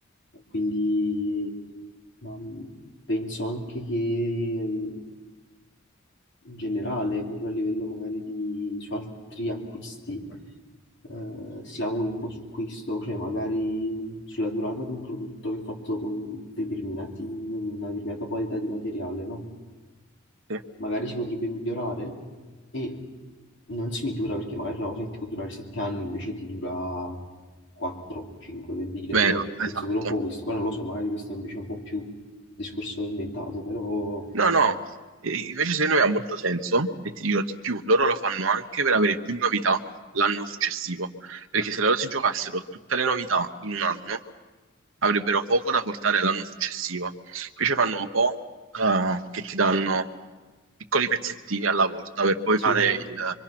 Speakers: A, on the left; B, on the right.
A: quindi ma, mh, penso anche che mh, in generale, proprio a livello magari di su altri acquisti, eh, si lavori un po' su questo, cioè magari sulla durata di un prodotto che è fatto con determinati, una determinata qualità di materiale, no?
B: Sì.
A: magari si potrebbe migliorare e non si migliora perché magari una cosa che ti può durare sette anni invece ti dura 4, 5 per dire.
B: Vero,
A: Io penso
B: esatto.
A: pure un po' questo, poi non lo so, magari questo è invece un po' più discorso inventato, però
B: No, no, e invece secondo me ha molto senso e ti dirò di più, loro lo fanno anche per avere più novità l'anno successivo, perché se loro si giocassero tutte le novità in un anno, avrebbero poco da portare l'anno successivo. Invece fanno un po' eh, che ti danno piccoli pezzettini alla volta per poi
A: sì,
B: fare il,